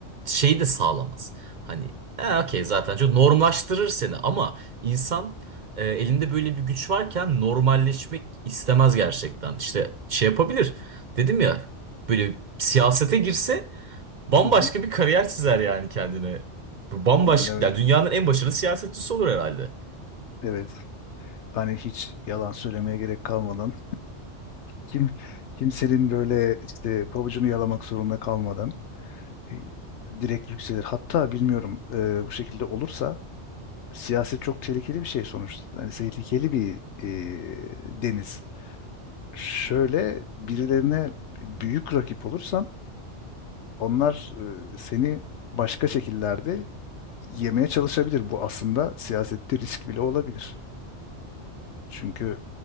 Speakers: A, on the right (about 50°); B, on the left (about 75°).
A: şeyi de sağlamaz. Hani e, okey zaten çok normlaştırır seni ama insan e, elinde böyle bir güç varken normalleşmek istemez gerçekten. İşte şey yapabilir. Dedim ya böyle siyasete girse Bambaşka
B: hı.
A: bir kariyer çizer yani kendine. Bambaşka,
B: Evet,
A: ya dünyanın en başarılı siyasetçisi olur herhalde.
B: evet. Hani hiç yalan söylemeye gerek kalmadan, kim kimsenin böyle işte pabucunu yalamak zorunda kalmadan e, direkt yükselir. Hatta bilmiyorum e, bu şekilde olursa siyaset çok tehlikeli bir şey sonuçta. Hani tehlikeli bir e, deniz. Şöyle birilerine büyük rakip olursan Onlar e, seni başka şekillerde yemeye çalışabilir. Bu aslında siyasette risk bile olabilir. Çünkü